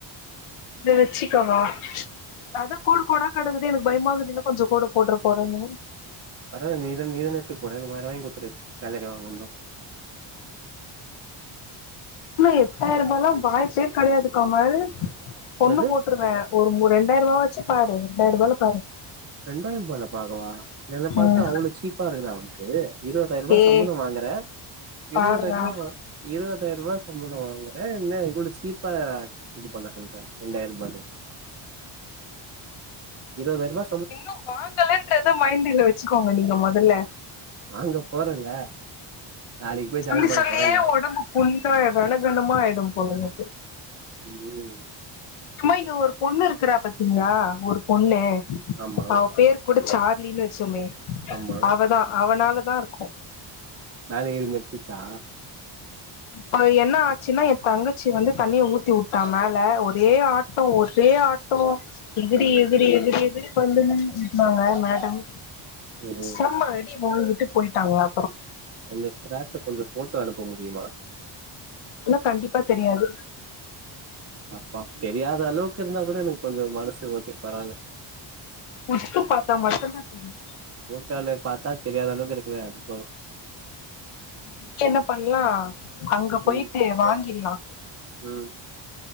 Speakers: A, on the left; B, on the right.
A: இத வச்சுக்கவா அதா கோடு கோடா கடக்குது எனக்கு பய்மாகுதுல்ல இன்னோ கொஞ்சோ கோடப் போட்றப்போ பொறனு
B: அதான நீதன நீதன எத்துக்க போற எனக் வேர வாய்ங் குத்துரு சேலரி வாங்குண்தோ
A: எட்டாயிர்பாலா வாய்ப்பே கேடயாதுக் கமல் கொண்ணு
B: என்னது
A: போட்ருவே ஒரு மூ ரெண்டாய்ரூபா வாச் ச்சி பாரு ரெண்டாய்ருபால பாரு
B: ரெண்டாயிரூபால பாகவா என்ன பாத்தா
A: ம்
B: அவ்ளோ சீப்பா ருக்குதா உனுக்கு இருவதாய்ருவா
A: ஏ
B: சம்பளோ வாங்குற
A: பார்றா
B: இருவதாயிர்ருவா வா இருவ தாய்ருவா சம்பளோ வாங்குற இவ்ளோ சீப்பா இது பண்ண சொல்ற ரெண்டாயர்ரூபானு இருவதாயிர்ருவா
A: இன்னும் வாங்கலன்றத மைண்டுல வெச்சுக்கோங்க நீங்க மோதல்ல
B: வாங்க போறல்ல நாளைக்கு போய்
A: சொல்லி
B: ஜாயின் பண்ண
A: சொல்லியே
B: போறன்ன
A: ஒடம்பு புண்ணா கணகணமா ஆய்டும் போல உனக்கு
B: ம்
A: அம்மா இங்க ஒரு பொண்ணு ருக்குறா பாத்திங்களா ஒரு பொண்ணு
B: ஆமா
A: அவ பேர்க் கூடச் சார் புலினு வச்சோமே
B: ஆமா.
A: அவதா அவனால இதாருக்கூ
B: மோல ஏறி மெர்ச்சிச்சா
A: இப்ப என்ன ஆச்சுன்னா என் தங்கச்சி வந்து தண்ணிய ஊத்தி உட்டா மேல ஒரே ஆட்டோ ஒரே ஆட்டோ எகுடி
B: ம்.
A: எகுரி எகுரி எகுரி இப்ப வந்து நின்னு நிட்னாங்க மேடம்
B: ம்.
A: செம்ம அடி போய்கிட்டு போய்ட்டாங்ளா
B: அந்த ஸ்க்ராட்ச கொஞ்ச ஃபோட்டோ அனுப்ப முடியுமா
A: இல்ல கண்டிப்பா தெரியாது
B: பா தெரியாத அளவுக்கு இருந்தா கூட எனக்கு கொஞ்சோ மனசு ஓக்கே பராவால
A: உத்து பாத்தா மட்டுந்தா தெரியு
B: டால பாத்தா தெரியாத அளவுக்கு இருக்குல அது போது
A: அத பத்தி என்ன பண்லா அங்க போய்ட்டு
B: ம்.
A: வாங்கிர்லா
B: ம்.